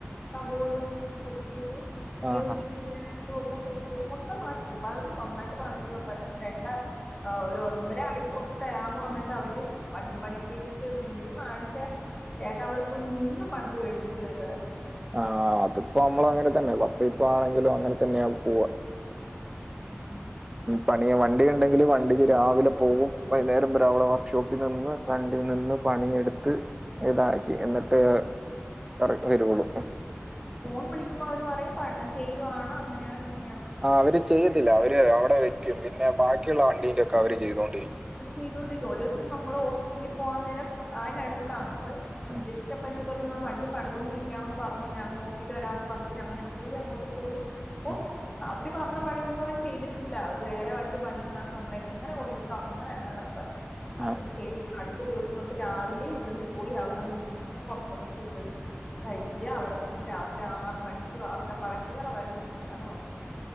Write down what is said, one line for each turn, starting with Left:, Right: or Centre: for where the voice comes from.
Left: കബോർഡ് സെറ്റ് ചെയ്തു മ്യൂസിക്കിന്റെ
Right: ആഹാ.
Left: ഇതൊക്കെ സെറ്റ് ചെയ്ത് മൊത്തം മാറ്റി പലതും നന്നായിട്ട് പണിത് രണ്ടാ ആഹ് ഒരു ഒന്നര ആ തരാന്ന് പറഞ്ഞിട്ട് അവര് വണ്ടി പണിയും കേറ്റിട്ട് ഒരു മൂന്നാഴ്ച ചേട്ട അവിടെ പോയി നിന്നും പണിത് മേടിച്ചിട്ട് വരുവായിരുന്നു
Right: ആഹ് അതിപ്പോ നമ്മള അങ്ങനെ തന്നെ വപ്പ ഇപ്പ ആണെങ്കിലും അങ്ങനെ തന്നെയ പോവ
Left: ഉം
Right: പണിയ വണ്ടി ഉണ്ടെങ്കില് വണ്ടിക്ക് രാവിലെ പോവും വൈകുന്നേരം വരെ വർക്ക്ഷോപ്പി നിന്ന് കണ്ടിൽ നിന്ന് പണിയെടുത്ത് ഇതാക്കി എന്നിട്ട് ഏറക്കി വരുള്ളൂ
Left: ഫോൺ വിളിക്കുമ്പോൾ അവര് പറയും ചെയ്യുവാണ് അങ്ങനെയാണ് ഇങ്ങനെ
Right: ആഹ് അവര് ചെയ്യത്തില്ല അവര് അവിടെ വയ്ക്കും പിന്നെ ബാക്കിയുള്ള വണ്ടീന്റെ ഒക്കെ അവര് ചെയ്തുകൊണ്ടിരിക്കും
Left: ചെയ്തോണ്ടരിക്ക ഒരു ദിവസം നമ്മള് ഹോസ്പിറ്റലിൽ പോവാൻ നേരം അതിനടുത്ത് ത്താണ് അപ്പോ
Right: ഉം
Left: ജസ്റ്റ് അപ്പോ എന്ടെടുത് വണ്ടി പണിതോണ്ടരിക്കയാണെന്ന് പറഞ്ഞു ഞാൻ നോക്കിട്ട് വരാമന്ന് പറഞ് ഞങ്ങള് രണ്ടരും കൂടി അങ്ങോട്ട് പോയി അപ്പ
Right: ഉം
Left: അവര് പറഞ്ഞ പണിയൊന്നും അവര് ചെയ്തിട്ടില്ല, അവര് വേറെ വണ്ടി പണിയാണ് നമ്മള എങ്ങനെ കൊണ്ട അങ്ങനെ തന്നെ കെടപ്പ അതിന്
Right: ആ
Left: ശേഷം അടു അടുത്ത ദിവസം തൊട്ട് രാവിലെ ഇവിടെന്ന് പോയി അവിടെ നിന്ന് പൊറത്തുന്ന് ഫുഡും കഴിച്ച് അവിടെ നിന്ന് രാത്രി ആറ് മണിക്ക് വാർഷോപ്പ് അടക്കുന്ന വരെ നിന്നിട്ടാണ് വന്നത്